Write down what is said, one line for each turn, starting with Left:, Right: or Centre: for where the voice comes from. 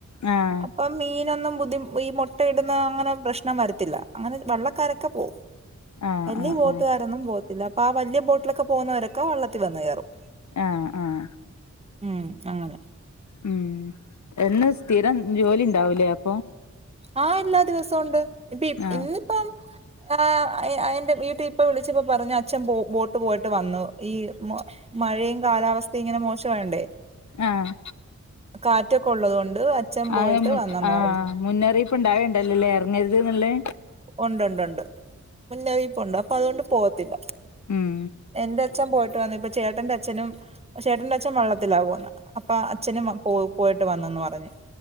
Left: ആഹ്
Right: അപ്പൊ മീനൊന്നും ബുദ്ധിം ഈ മുട്ട ഇടുന്ന അങ്ങനെ പ്രശ്നം വരത്തില്ല അങ്ങനെ വള്ളക്കാരൊക്കെ പോവും
Left: ആഹ്
Right: വല്യ
Left: ആഹ്
Right: ബോട്ടുകാരൊന്നും
Left: ആഹ്
Right: പോകത്തില്ല അപ്പൊ ആഹ് വല്യ ബോട്ടിലൊക്കെ പോവുന്നവരൊക്കെ വള്ളത്തിൽ വന്ന്കയറും
Left: ഏഹ് ആഹ്
Right: ഉം അങ്ങനെ
Left: ഉം എന്നും സ്ഥിരം ജോലി ഇണ്ടാവുംലെ അപ്പൊ
Right: ആഹ് എല്ലാ ദിവസം ഉണ്ട് ഇപ്പി
Left: ആഹ്
Right: ഇന്ന് ഇപ്പം ആഹ് അയി അ എന്റെ വീട്ടി ഇപ്പൊ വിളിച്ചപ്പൊ പറഞ്ഞു അച്ഛൻ ബോ ബോട്ട് പോയിട്ട് വന്നു ഈ മൊ മഴയും കാലാവസ്ഥയും ഇങ്ങനെ മോശവായോണ്ടേ
Left: ആഹ്
Right: കാറ്റൊക്കെ ഉള്ളത് കൊണ്ട് അച്ഛൻ
Left: ആഹ്
Right: പോയിട്ട്
Left: മുൻ
Right: വന്നന്ന്
Left: ആഹ്
Right: പറഞ്ഞു
Left: മുന്നറിയിപ്പ് ഇണ്ടായി ഇണ്ടല്ലൊല്ലേ എറങ്ങരുത് ന്ന്ള്ളത്
Right: ഒണ്ട് ഉണ്ട് ഉണ്ട് ഉണ്ട് മുന്നറിയിപ്പുണ്ട് അപ്പൊ അതുകൊണ്ട് പോകത്തില്ല
Left: ഉം
Right: എന്റെ അച്ഛൻ പോയിട്ട് വന്നു ഇപ്പ ചേട്ടന്റെ അച് ച്ഛനും ചേട്ടന്റെ അച്ഛൻ വള്ളത്തിലാ പോവുന്നത് അപ്പൊ അച്ഛനും വ പോ പോയിട്ട് വന്നന്ന് പറഞ്ഞ്